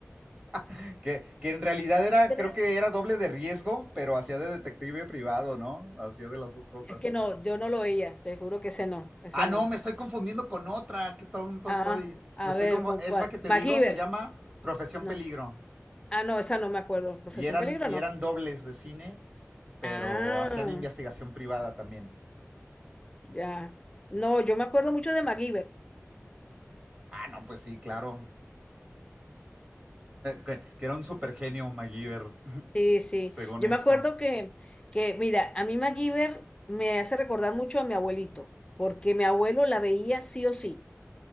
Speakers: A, on the right; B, on the left.
A: <laughs> que, que en realidad era,
B: <laughs> Creo.
A: creo que era doble de riesgo, pero hacía de detective privado, ¿no? Hacía de las dos cosas.
B: Es que no, yo no lo veía, te juro que ese no, ese
A: Ah, no,
B: no.
A: me estoy confundiendo con otra, qué tonto
B: Ah,
A: estoy.
B: a
A: Me estoy
B: ver,
A: confu-
B: ¿con
A: Esa
B: cuál?
A: que te
B: MacGyver.
A: digo se llama Profesión
B: No.
A: Peligro.
B: Ah, no, esa no me acuerdo. Profesión
A: Y eran,
B: Peligro,
A: y
B: no.
A: eran dobles de cine, pero
B: Ah,
A: hacían investigación privada también.
B: ya. No, yo me acuerdo mucho de MacGyver.
A: Ah, no, pues sí, claro. <laughs> Que, que era un supergenio MacGyver. <laughs>
B: Sí, sí.
A: según
B: Yo
A: esto.
B: me acuerdo que, que, mira, a mí MacGyver me hace recordar mucho a mi abuelito, porque mi abuelo la veía sí o sí.